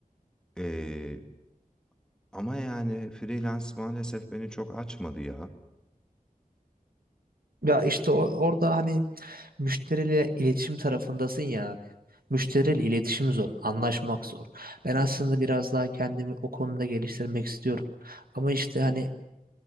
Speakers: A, in the centre; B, on the right (about 85°).
A: Ee, ama yani freelance maalesef beni çok açmadı ya.
B: Ya işte o- orada hani Müşteriyle iletişim tarafındasın ya abi. Müşteriyle iletişim zor, anlaşmak zor. Ben aslında biraz daha kendimi o konuda geliştirmek istiyorum. Ama işte hani